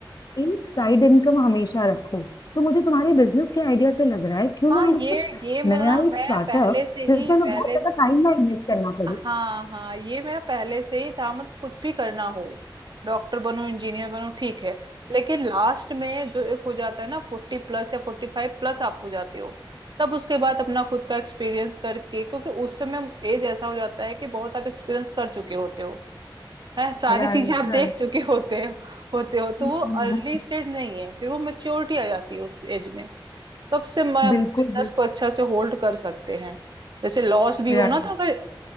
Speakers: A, on the left; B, on the right.
A: एक साइड इनकम हमेशा रखो तो मुझे तुम्हारे बिजनेस के आइडिया से लग रहा है क्यों
B: हाँ
A: ना हम
B: ये
A: कुछ
B: ये मेरा
A: नया
B: ना
A: एक
B: मैं
A: स्टार्टअप
B: पहले से
A: जिसमें
B: ही
A: हमें
B: पहले
A: बहुत ज्यादा टाइम ना इन्वेस्ट करना पड़े
B: हाँ हाँ ये मेरा पहले से ही था मतलब कुछ भी करना हो डॉक्टर बनो इंजीनियर बनो ठीक है लेकिन लास्ट में जो एक हो जाता है ना फोर्टी प्लस या फोर्टी फाइव प्लस आप हो जाते हो तब उसके बाद अपना खुद का एक्सपीरियंस करके क्योंकि उस समय एज ऐसा हो जाता है कि बहुत आप एक्सपीरियंस कर चुके होते हो है सारी
A: राइट
B: चीजें आप देख चुके होते हो होते हो तो
A: हम्म,
B: वो अर्ली स्टेज नहीं है फिर वो मेच्योरिटी आ जाती है उस एज में तब से मैं
A: बिल्कुल
B: बिजनेस
A: बिल्कुल
B: को अच्छा से होल्ड कर सकते हैं जैसे लॉस भी
A: राइट
B: हो ना तो अगर